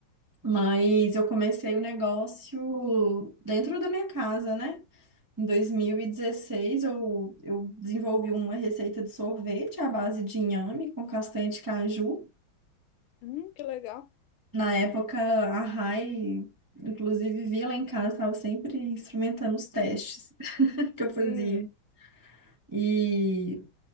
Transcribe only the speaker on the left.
Hum, que legal.
Hum,